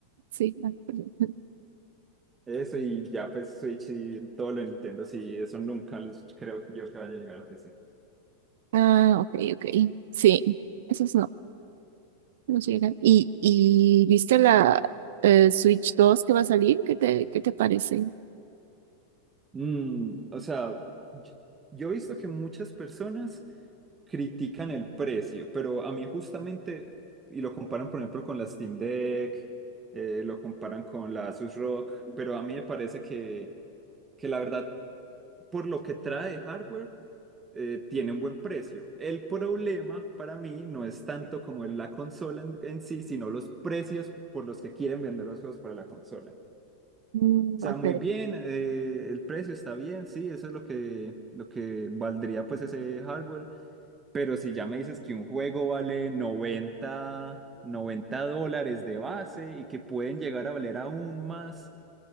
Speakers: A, on the right; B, on the right.
A: Sí. Ah, perdón.
B: Eso y ya pues Switch y todo lo de Nintendo, sí, eso nunca los- creo yo que vaya a llegar a PC.
A: Ah, ok, ok. Sí. Esos no, no llegan. ¿Y, y viste la eh, Switch dos que va a salir? ¿Qué te, qué te parece?
B: Mm, o sea, yo yo he visto que muchas personas critican el precio, pero a mí justamente, y lo comparan por ejemplo con la Steam Deck, eh, lo comparan con la Asus ROG, pero a mí me parece que, que la verdad, por lo que trae hardware, eh, tiene un buen precio. El problema para mí no es tanto como la consola en, en sí, sino los precios por los que quieren vender los juegos para la consola.
A: Mm,
B: O sea,
A: ok.
B: muy bien, eh, el precio está bien, sí, eso es lo que, lo que valdría pues ese hardware pero si ya me dices que un juego vale noventa noventa dólares de base y que pueden llegar a valer aún más,